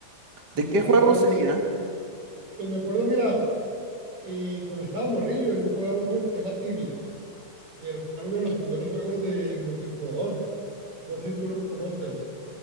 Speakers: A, on the right (about 35°); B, on the right (about 55°).
A: ¿De
B: y
A: qué
B: me estaba
A: juego
B: acordando,
A: sería?
B: de- pues me acuerdo, mira, eh, cuando estaba morrillo yo jugaba un juego que se llama Tibia, que era uno de los primeros juegos de multijugador. No sé si tú lo conozcas.